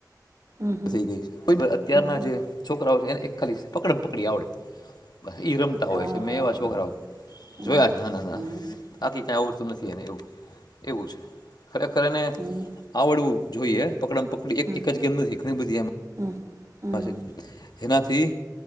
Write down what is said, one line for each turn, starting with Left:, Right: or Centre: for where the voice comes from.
Right: હમ હમ હમ
Left: થઈ ગઈ છે, તોંય જે અત્યારના
Right: હમ
Left: જે છોકરાઓ છે એને ખાલી પકડ પકડી આવડે. ઈ રમતા
Right: હા
Left: હોય છે મેં
Right: હા
Left: એવા છોકરાઓ
Right: હા હમ
Left: જોયા છે ના ના ના
Right: હમ હમ
Left: આકીી કાંઈ આવડતું નથી એને એવું એવું છે ખરેખરને
Right: હમ
Left: આવડવું. જોઈએ. પકડામાં પકડી
Right: હમ
Left: એક જ ગેમ ન. <unintelligible>
Right: હમ હમ. હમ
Left: પાશે એનાથી